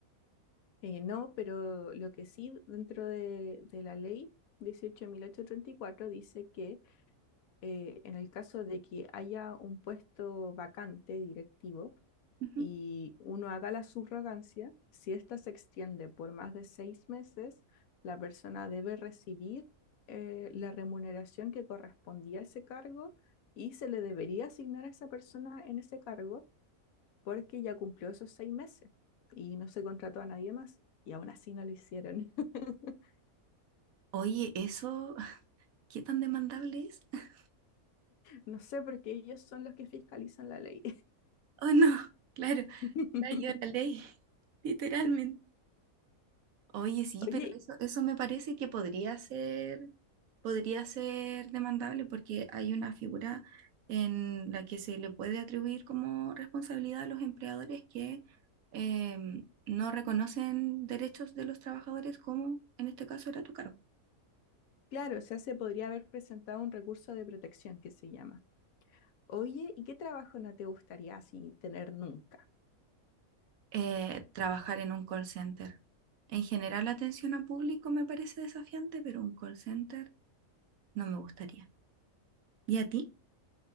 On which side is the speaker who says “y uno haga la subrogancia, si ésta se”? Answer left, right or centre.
Left